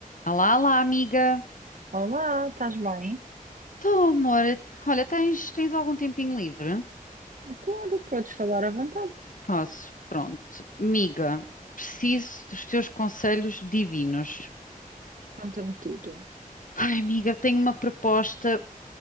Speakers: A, on the left; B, on the right.
A: Olá, olá, amiga.
B: Olá, estás bem?
A: Tô, amor. Olha, tens, tens algum tempinho livre?
B: Claro, podes falar à vontade.
A: Posso, pronto. Amiga, preciso dos teus conselhos divinos.
B: Conta-me tudo.
A: Ai, amiga, tenho uma proposta